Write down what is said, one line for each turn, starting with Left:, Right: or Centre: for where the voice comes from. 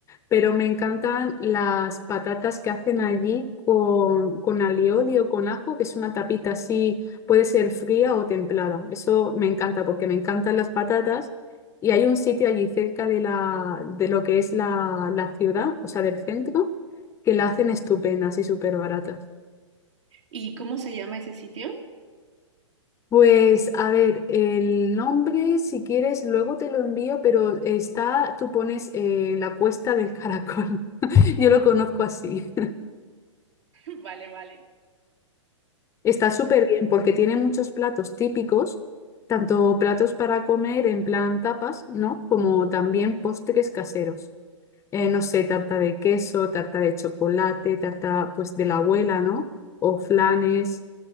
Left: pero me encantan las patatas que hacen allí con, con alioli o con ajo, que es una tapita así, puede ser fría o templada. Eso me encanta porque me encantan las patatas. Y hay un sitio allí cerca de, la, de lo que es la, la ciudad, o sea, del centro, que la hacen estupendas y súper baratas.
Right: ¿Y cómo se llama ese sitio?
Left: Pues a ver, el nombre, si quieres, luego te lo envío, pero está, tú pones eh, la cuesta del caracol. <laughs> Yo lo conozco así.
Right: <laughs> Vale, vale.
Left: Está
Right: Ya,
Left: súper bien porque tiene muchos platos típicos, tanto platos para comer en plan tapas, ¿no? Como también postres caseros. Eh, no sé, tarta de queso, tarta de chocolate, tarta pues de la abuela, ¿no? O flanes.